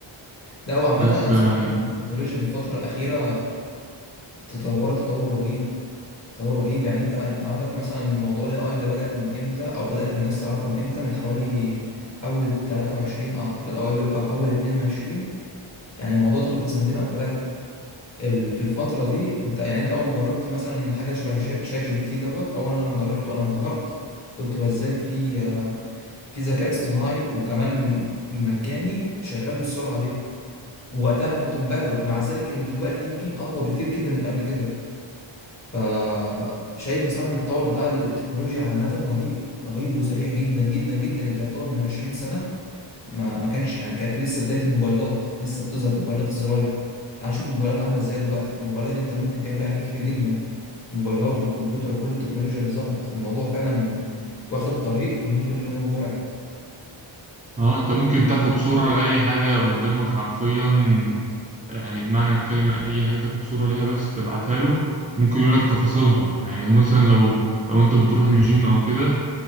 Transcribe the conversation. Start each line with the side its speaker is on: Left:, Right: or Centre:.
Left: لا وعامه
Right: بس
Left: انا بصراحه
Right: يعني
Left: شايف ان التكنولوجيا في الفتره الاخيره تطورت تطور رهيب تطور رهيب يعني انت انت عندك مثلا موضوع الاي اي ده بدأ من امتى او بدأ الناس تعرفه من امتى من حوالي اول 23 اعتقد او اول او اول 22 يعني الموضوع دخل في سنتين او ثلاثه ال- في الفتره دي انت يعني انت اول ما جربت مثلا حاجه شبه ش- شات جي بي تي دوت اول لما جربته انا انبهرت قلت هو ازاي في آه، في ذكاء اصطناعي وكمان مجاني شغال بالسرعه دي ووقتها انا كنت منبهر مع ذلك انه دلوقتي يمكن اقوى بكتير جدا من قبل كده فشايف بصراحه ان التطور بتاع التكنولوجيا عامه رهيب رهيب وسريع جدا جدا جدا انت يعتبر من 20 سنه ما ما كانش يعني كانت لسه بداية الموبايلات لسه بتظهر موبايلات الزراير تعال نشوف الموبايلات عاملة ازاي دلوقتي الموبايلات دي انت ممكن تعمل بيها حاجات كتير جدا الموبايلات والكمبيوتر وكل التكنولوجيا اللي ظهرت الموضوع فعلا واخد طريق ممكن نقول ان هو مرعب
Right: اه انت ممكن تاخد صورة لأي حاجة قدامك حرفيا يعني بمعنى الكلمة أي حاجة تاخد صورة ليها بس تبعتها له ممكن يقول لك تفاصيلها يعني مثلا لو لو أنت بتروح الجيم أو كده